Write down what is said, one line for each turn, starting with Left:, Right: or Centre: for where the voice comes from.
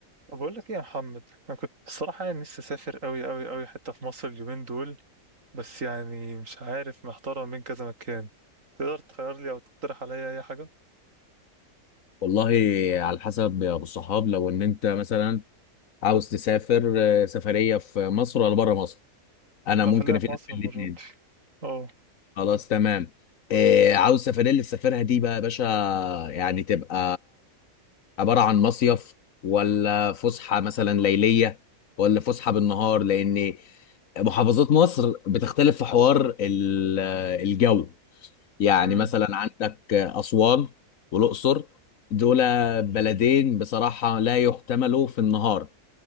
Right: طب بقول لك ايه يا محمد انا كنت الصراحه يعني نفسي اسافر قوي قوي قوي حته في مصر اليومين دول بس يعني مش عارف محتار بين كذا مكان تقدر تخير لي او تقترح عليا اي حاجه
Left: والله على حسب يا ابو الصحاب لو ان انت مثلا عاوز تسافر آه، سفريه في مصر ولا بره مصر انا
Right: لا
Left: ممكن
Right: خليها
Left: افيدك
Right: في مصر
Left: في
Right: المره
Left: الاثنين
Right: دي اه
Left: خلاص تمام آه، عاوز السفريه اللي تسافرها دي بقى يا باشا يعني تبقى عباره عن مصيف ولا فسحه مثلا ليليه ولا فسحه بالنهار لان محافظات مصر بتختلف في حوار ال- الجو يعني
Right: امم
Left: مثلا عندك أسوان والأقصر دول بلدين بصراحة لا يحتملوا في النهار